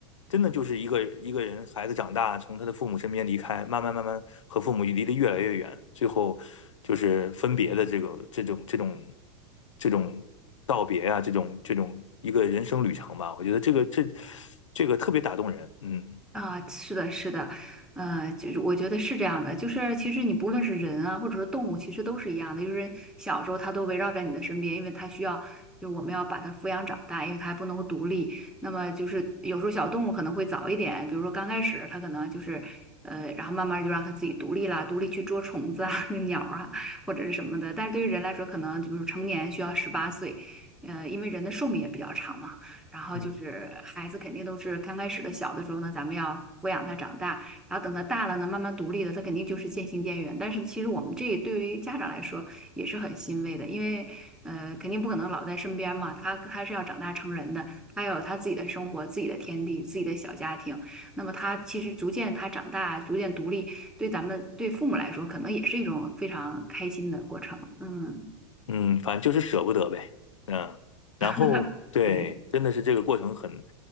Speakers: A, on the left (about 80°); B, in the centre.
A: 真的就是一个一个人孩子长大，从他的父母身边离开，慢慢慢慢和父母离得越来越远，最后就是分别的这个这种这种这种道别啊，这种这种一个人生旅程吧。我觉得这个这这个特别打动人。嗯。
B: 啊，是的，是的，呃，就是我觉得是这样的，就是其实你不论是人啊，或者说动物，其实都是一样的，就是小时候它都围绕在你的身边，因为它需要，就是我们要把它抚养长大，因为它还不能够独立。那么就是有时候小动物可能会早一点，比如说刚开始它可能就是，呃，然后慢慢就让它自己独立啦，独立去捉虫子啊、<laughs> 鸟儿啊或者是什么的。但是对于人来说，可能就是成年需要十八岁，呃，因为人的寿命也比较长嘛。然后就是孩子肯定都是刚开始的小的时候呢，
A: 嗯。
B: 咱们要抚养他长大，然后等他大了呢，慢慢独立了，他肯定就是渐行渐远。但是其实我们这对于家长来说也是很欣慰的，因为呃，肯定不可能老在身边嘛，他他是要长大成人的，他有他自己的生活、自己的天地、自己的小家庭。那么他其实逐渐他长大，逐渐独立，对咱们对父母来说，可能也是一种非常开心的过程。嗯，
A: 嗯，反正就是舍不得呗，嗯，然后对，
B: <laughs> 对。
A: 真的是这个过程很，